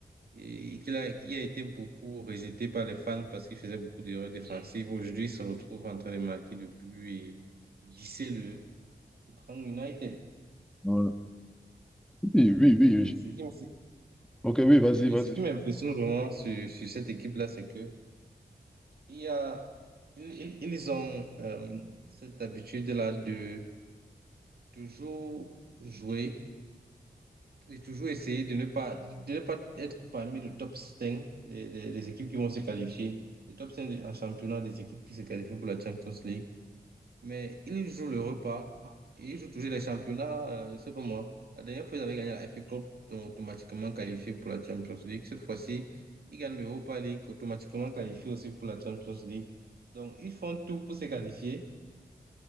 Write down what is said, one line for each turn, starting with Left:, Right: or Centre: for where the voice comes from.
Right: et qu'il a, qui a été beaucoup rejeté par les fans parce qu'il faisait beaucoup d'erreurs défensives. Aujourd'hui, il se retrouve en train de marquer le but et glisser le, le Grand United.
Centre: Ouais. Oui, oui, oui.
Right: Et
Centre: oui.
Right: ce qui, me-
Centre: Ok, oui, vas-y,
Right: euh,
Centre: vas-y.
Right: ce qui m'impressionne vraiment sur, sur cette équipe-là, c'est que il y a, ils, ils- ils ont euh, cette habitude-là de toujours jouer et toujours essayer de ne pas, de ne pas être parmi le top 5 des, des des équipes qui vont se qualifier. Les top 5 en championnat des équipes qui se qualifient pour la Champions League. Mais ils jouent le repas. Ils jouent toujours les championnats. euh, c'est pas moi. La dernière fois, ils avaient gagné la FA Cup, donc automatiquement qualifié pour la Champions League. Cette fois-ci, ils gagnent l'Europa League, automatiquement qualifié aussi pour la Champions League. Donc, ils font tout pour se qualifier.